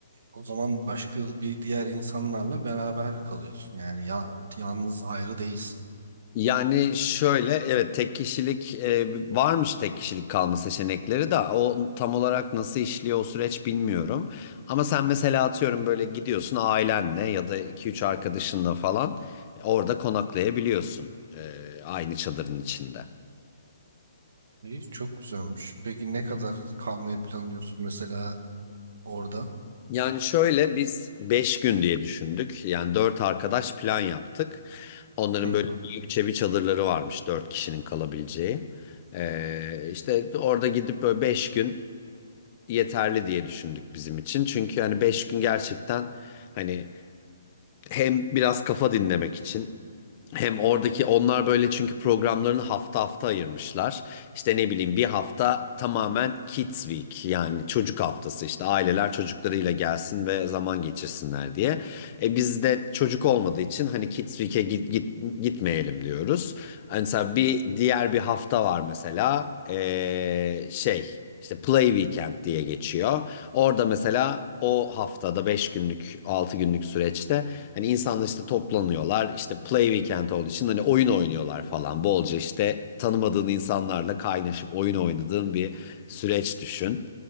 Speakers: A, on the right; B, on the left.
A: o zaman başka bir diğer insanlarla beraber kalıyorsun. Yani ya, yalnız ayrı değilsin.
B: Yani şöyle evet tek kişilik e, varmış tek kişilik kalma seçenekleri de o tam olarak nasıl işliyor o süreç bilmiyorum. Ama sen mesela atıyorum böyle gidiyorsun ailenle ya da iki üç arkadaşınla falan orada konaklayabiliyorsun e, aynı çadırın içinde.
A: İyi, çok güzelmiş. Peki ne kadar kalmayı planlıyorsun mesela orada?
B: Yani şöyle biz 5 gün diye düşündük. Yani 4 arkadaş plan yaptık. Onların
A: <clears throat> Hı
B: böyle
A: hı.
B: büyükçe bir çadırları varmış 4 kişinin kalabileceği. Ee, işte orada gidip böyle 5 gün yeterli diye düşündük bizim için. Çünkü hani 5 gün gerçekten hani hem biraz kafa dinlemek için hem oradaki onlar böyle çünkü programlarını hafta hafta ayırmışlar. İşte ne bileyim bir hafta tamamen Kids Week yani çocuk haftası işte aileler çocuklarıyla gelsin ve zaman geçirsinler diye. E biz çocuk olmadığı için hani Kids Week'e git, git, gitmeyelim diyoruz. Hani mesela bir diğer bir hafta var mesela e, şey işte Play Weekend diye geçiyor. Orada mesela o haftada 5 günlük 6 günlük süreçte hani insanlar işte toplanıyorlar işte Play Weekend olduğu için hani oyun oynuyorlar falan bolca işte tanımadığın insanlarla kaynaşıp oyun oynadığın bir süreç düşün.